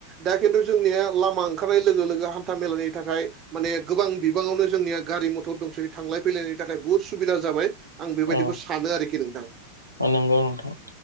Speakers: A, on the right; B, on the left.
A: दा खिन्थु जोंनिया लामा ओंखारनाय लोगो लोगो हान्था मेलानि थाखाय माने गोबां बि बाङावनो जोंनिया गारि मथर दंसै थांलाय फैलायनि थाखाय बुहुद सुबिदा जाबाय। आं बेबायदिखौ
B: औ
A: सानो आरोखि नोंथां।
B: औ नंगौ नोंथां